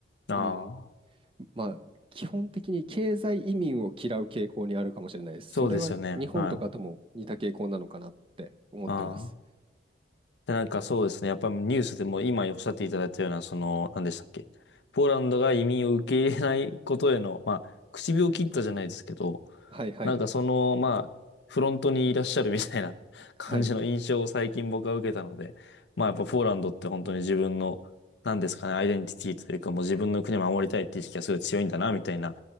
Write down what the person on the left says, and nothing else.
ああ、
そうですよね。
はい。ああ。で、なんかそうですね。やっぱニュースでも今おっしゃっていただいたような、その、何でしたっけ。ポーランドが移民を受け入れないことへの、まあ、唇を切ったじゃないですけど、
なんかその、まあ、フロントにいらっしゃるみたいな <laughs>
感じの印象を最近僕は受けたので、
まあやっぱポーランドって本当に自分の、なんですかね、アイデンティティというかもう自分の国を守りたいっていう意識がすごい強いんだな、みたいな、